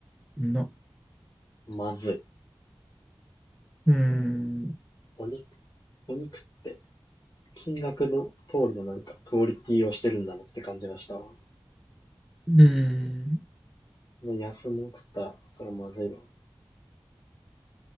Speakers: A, in the centre; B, on the left.
A: な、
B: まずい。
A: うーん、う
B: お肉、お肉って金額の通りのなんかクオリティをしてるんだなって感じがしたわ。
A: ーん。
B: 安も食ったら、それはまずいわ。